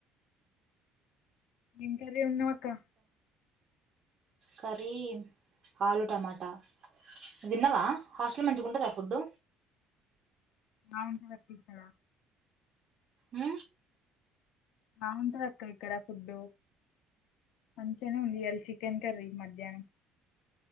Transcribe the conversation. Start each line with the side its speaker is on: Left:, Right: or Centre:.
Left: ఇంత ఎ ఉన్నా మాక్క
Right: కరీ ఆలుూ టమాటా నువు దిన్నవా హాస్టల్ మంచిగా ఉంటుందా ఫుడ్డు
Left: నా ఎంత పర్తక్కద
Right: హ
Left: బాగుంటది అక్క ఇక్కడ ఫుడ్డు మంచిగానే ఉంది ఇళ చికెన్ కర్రీ మధ్యాహ్నం